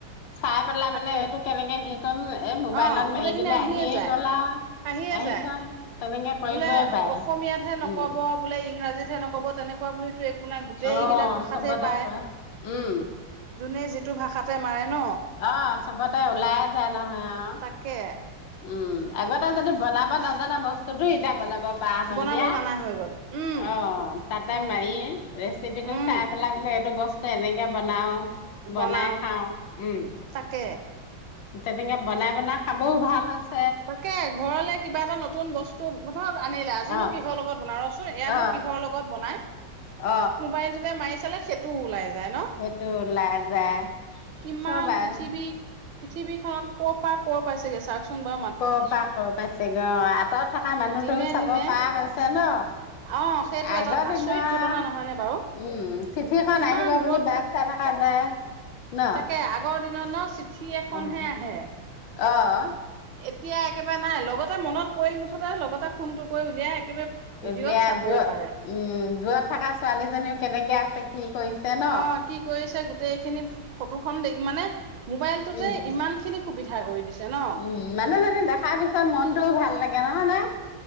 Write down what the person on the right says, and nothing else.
তাকে।
অ গোটেইখিনি
আহিয়ে যায়
আহিয়ে
যায়,
বোলে
অসমীয়াতহে নকব
বোলে ইংৰাজীত যেনে ক'ব তেনেকুৱা বুলি আপোনাৰ গোটেই
কেইটা ভাষাতে
পায়
যোনে যিটো ভাষা তাতে মাৰে ন
তাকে
বনাব
জানা হৈ গল উম
উম
উম
বনাও
তাকে
তাকে ঘৰলে কিবা এটা নতুন বস্তু আনিলা আজিনো
কিহৰ লগত বনোৱা এয়ানো
কিহৰ লগত বনাই
মুবাইলটোতে মাৰি চালে সেইটো ওলাই যায়। ন,
কিমান
পৃথিৱী পৃথিৱী খনত ক পৰা ক' পাইছেগে চাওঁকচোন বাও
দিনে
দিনে
অ সেইটো
এটা আচৰিত
ঘটনা নহয়নে বাৰু
ইমান
দূৰত
তাকে আগৰ দিনত ন চিঠি এখনহে
আহে
এতিয়া একেবাৰে নাই লগতে মনত পৰিল মুঠতে লগতে ফোনটো কৰি উলিয়াই একেবাৰে ভিডিঅ'ত
চাবই
পাৰে
অ কি কৰিছে গ তে এইখিনি ফ-ফটোখন দে মানে মোবাইলটোতে
ইমানখিনি সুবিধা কৰি দিছে। ন